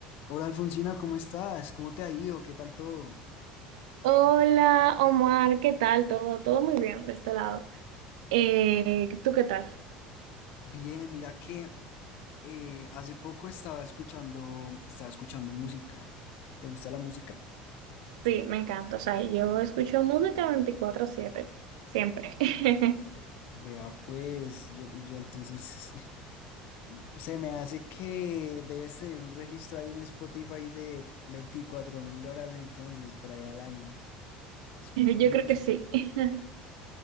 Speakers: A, on the left; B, on the right.
A: Hola Alfonsina, ¿cómo estás? ¿Cómo te ha ido? ¿Qué tal todo?
B: Hola Omar, ¿qué tal? Todo, todo muy bien de este lado. Eh, ¿tú qué tal?
A: Bien, mira que eh, hace poco estaba escuchando, estaba escuchando música. ¿Te gusta la música?
B: Sí, me encanta. O sea, yo escucho música veinticuatro siete siempre. <laughs>
A: Vea, pues yo, yo entonces <laughs> se me hace que debes tener un registro ahí en Spotify de veinticuatro mil horas entonces por ahí al año. Escuchas
B: Yo
A: mucho.
B: creo que sí. <laughs>